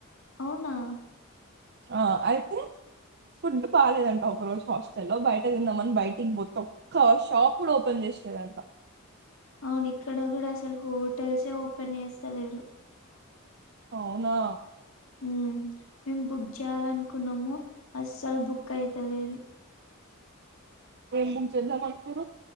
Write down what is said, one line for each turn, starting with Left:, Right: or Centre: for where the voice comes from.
Left: అవునా
Right: ఆ అయితే ఫుడ్ బాలేదంట ఒక రోజు హాస్టల్లో బయట థిన్న్ధం అని బయటికి పోథే ఒకా శాప్ ఇప్పుడు ఓపెన్ చేసారంట
Left: అవును ఇక్కడ కూడా అసలు హోటల్స్ ఏ ఓపెన్ చేస్తలేరు
Right: అవునా
Left: ఉమ్ మేము బుక్ చేయాలని కునము అస్సలు బుక్ కైతలేదు
Right: మెమ్ బుక్ చెధమ్ అన్న